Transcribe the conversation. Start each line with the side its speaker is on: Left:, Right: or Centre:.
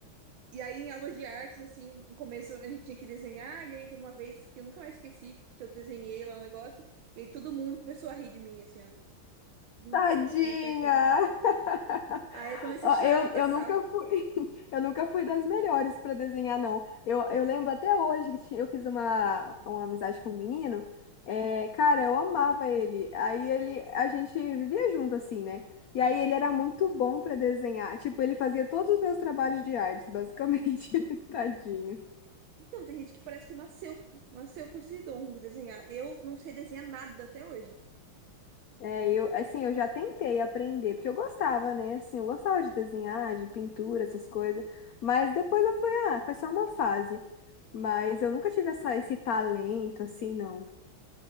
Right: e aí, em aulas de artes, assim, no começo a gente tinha que desenhar, e aí teve uma vez que eu nunca mais esqueci, que eu desenhei lá um negócio, e aí todo mundo começou a rir de mim, assim, ó. Todo mundo
Left: Tadinha!
Right: foi na minha carteira.
Left: <laughs>
Right: Aí eu comecei
Left: Ah,
Right: a chorar
Left: Eu,
Right: dentro
Left: eu
Right: da sala.
Left: nunca fui, <laughs> eu nunca fui das melhores para desenhar, não. Eu, eu lembro até hoje que ti- eu fiz uma, uma amizade com um menino. É, cara, eu amava ele. Aí ele, a gente vivia junto assim, né? E aí ele era muito bom para desenhar. Tipo, ele fazia todos os meus trabalhos de artes, basicamente. <laughs> Tadinho.
Right: Então, tem gente que parece que nasceu, nasceu com esse dom de desenhar. Eu não sei desenhar nada até hoje.
Left: É, eu, assim, eu já tentei aprender, porque eu gostava, né? Assim, eu gostava de desenhar, de pintura, essas coisas. Mas depois eu fui, ah, foi só uma fase. Mas eu nunca tive essa, esse talento, assim, não.